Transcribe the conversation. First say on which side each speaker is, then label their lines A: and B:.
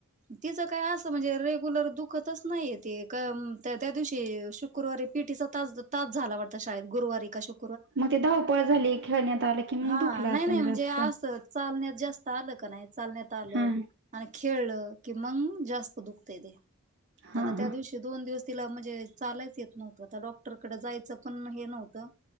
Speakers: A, on the right (about 35°); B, on the right (about 55°).
A: तिचं काय असं म्हणजे रेग्युलर दुखतच नाहीय ते त्या त्या दिवशी शुक्रवारी पीटी तास तास झाला वाटता गुरुवारी का शुक्रवारी
B: मग ते धावपळ झाली खेळण्यात आलं की मग
A: हा
B: दुखला
A: नाही
B: असेल
A: नाही म्हणजे
B: जास्त
A: असं चालण्यात जास्त आलं का नाही चालण्यात आलं
B: हा
A: आणि खेळलं की मग जास्त दुखतय ते
B: हा
A: आता त्या
B: हा
A: दिवशी दोन दिवस तिला म्हणजे चालु हाय ट्रिटमेंट. आता डॉक्टरकडें जायचं पण हे नव्हतं.